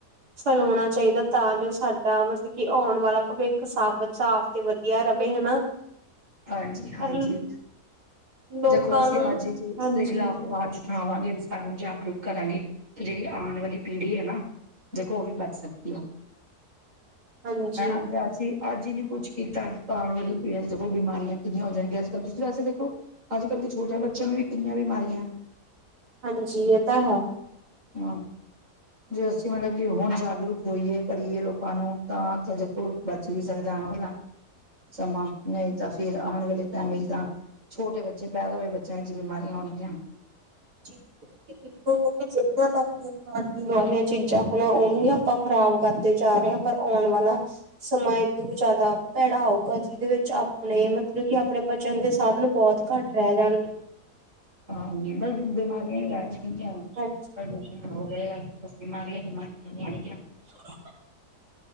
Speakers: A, on the right (about 75°); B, on the right (about 50°).
A: ਫਲੋਣਾ ਚ'। ਚਾਹੀਦਾ ਤਾਂ ਜੋ ਸਾਡਾ ਮਤਲਬ ਕਿ ਆਉਣ ਵਾਲਾ ਭਵਿੱਖ ਸਭ ਸਾਫ਼ ਤੇ ਵਧੀਆ ਰਹੇ। ਹਨਾ।
B: ਹਾਂਜੀ- ਹਾਂਜੀ।
A: ਪਰ ਲੋਕਾਂ
B: ਦੇਖੋ, ਅਸੀਂ
A: ਨੂੰ
B: ਅੱਜ ਜ ਇਸਦੇ
A: ਹਾਂਜੀ
B: ਖਿਲਾਫ਼ ਆਵਾਜ਼ ਉਠਾ ਵਾਂਗੇ ਸਾਰਿਆਂ ਨੂੰ ਜਾਗਰੂਕ ਕਰਾਂਗੇ। ਤੇ ਜਿਹੜੀ ਆਉਣ ਵਾਲੀ ਪੀੜ੍ਹੀ ਹੈ ਨਾ। ਦੇਖੋ ਉਹ ਵੀ ਬਚ ਸਕਦੀ ਹੈ।
A: ਹਾਂਜੀ
B: ਹਨਾ। ਜ ਅਸੀਂ ਅੱਜ ਹੀ ਨੀ ਕੁੱਛ ਕੀਤਾ। ਪਾਉਣ ਵਾਲੀ ਪੀੜ ਚ' ਉਹ ਬਿਮਾਰੀਆਂ ਕਿੰਨੀਆਂ ਹੋ ਜਾਣੀਆਂ ਅੱਜ ਕੱਲ੍ਹ ਤੁਸੀਂ ਵੈਸ ਦੇਖੋ ਅੱਜ ਕੱਲ੍ਹ ਦੀ ਛੋਟੀਆਂ ਬੱਚਿਆਂ ਨੂੰ ਵੀ ਕਿਨੀਆਂ ਬਿਮਾਰੀਆਂ
A: ਹਾਂਜੀ ਇਹ ਤਾਂ ਹੈ
B: ਹਮ। ਜੇ ਅਸੀਂ ਮਤਲਬ ਕਿ ਹੁਣ ਜਾਗਰੂਕ ਹੋਈਏ ਕਰੀਏ ਲੋਕਾਂ ਨੂੰ ਤਾਂ ਤਾਂ ਦੇਖੋ ਬਚ ਵੀ ਸਕਦਾ ਆਉਣ ਵਾਲਾ।
A: <inaudible>
B: ਸਮਾਂ ਨਹੀਂ ਤਾਂ। ਫੇਰ ਆਉਣ ਵਾਲੇ ਟਾਈਮ ਵਿੱਚ ਤਾਂ ਛੋਟੇ ਬੱਚੇ ਪੈਦਾ ਹੋਏ ਬੱਚਿਆਂ ਵਿੱਚ ਬਿਮਾਰੀਆਂ ਹੋਣਗੀਆਂ।
A: ਦੇਖੋ ਜ ਤਾਂ ਆਪਣੀਆਂ ਖਾਣ ਪੀਣ ਵਾਲੀਆਂ ਚੀਜ਼ਾਂ। ਨਾ ਉਹਨੂੰ ਹੀ ਆਪਾਂ ਖ਼ਰਾਬ ਕਰਦੇ ਜਾ ਰਹੇ ਹਾਂ ਪਰ ਆਉਣ ਵਾਲਾ। ਸਮਾਂ ਏਦੋ ਜ਼ਿਆਦਾ ਭੈੜਾ ਆਊਗਾ ਜਿਹਦੇ ਵਿੱਚ ਆਪਣੇ ਮਤਲਬ ਕਿ ਆਪਣੇ ਬਚਨ ਦੇ ਸਾਧਨ ਬਹੁਤ ਘੱਟ। ਰਹਿ ਜਾਣਗੇ।
B: ਹਾਂਜੀ ਬ ਬਿਮਾਰੀਆਂ ਵੀ ਰਹਿਗ।
A: ਅੱਛਾ।
B: ਪ੍ਰਦੂਸ਼ਣ ਹੋ ਰਹੇ ਆ ਬਸ ਬਿਮਾਰੀਆਂ ਬਿਮਾਰੀਆਂ ਹਣਗੀਆਂ।
A: <unintelligible>